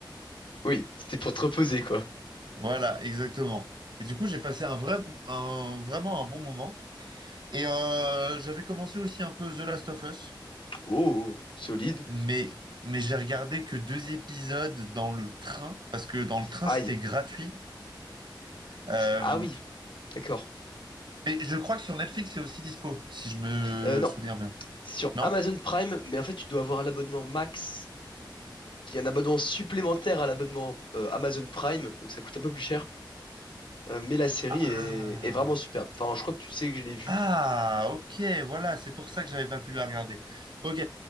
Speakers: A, on the left; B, on the right.
A: Oui, c'était pour te reposer, quoi.
B: voilà, exactement. Et du coup, j'ai passé un vrai, un- vraiment un bon moment. Et euh, j'avais commencé aussi un peu The Last of Us,
A: Oh, oh, oh, solide.
B: mais, mais j'ai regardé que deux épisodes dans le train, parce que dans le train,
A: Aïe.
B: c'était gratuit. Euh,
A: Ah oui, d'accord.
B: mais je crois que sur Netflix, c'est aussi dispo, si je me
A: Euh, non,
B: souviens bien.
A: c'est sur
B: Non?
A: Amazon Prime, mais en fait, tu dois avoir l'abonnement Max, qui est un abonnement supplémentaire à l'abonnement euh, Amazon Prime, donc ça coûte un peu plus cher. Euh, mais la série
B: Ah!
A: est, est vraiment superbe. Enfin, je crois que tu sais que je l'ai vue.
B: Ah, ok, voilà, c'est pour ça que j'avais pas pu la regarder. Ok.